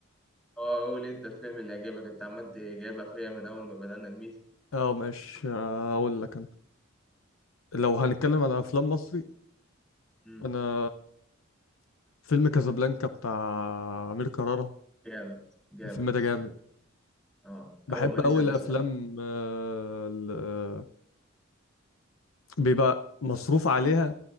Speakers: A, in the centre; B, on the left (about 80°).
A: اه قول انت الفيلم اللي عجبك انت عمال تجيبها فيا من اول ما بدأنا الميتنج
B: اه ماشي اقول لك انا لو هنتكلم على افلام مصري
A: امم
B: انا فيلم كازابلانكا بتاع امير كرارة
A: جامد جامد
B: الفيلم
A: الصراحة
B: ده جامد
A: اه
B: بحب
A: اول ما نزل
B: قوي الافلام
A: انا سمعت
B: آه، ال- آه، بيبقى مصروف عليها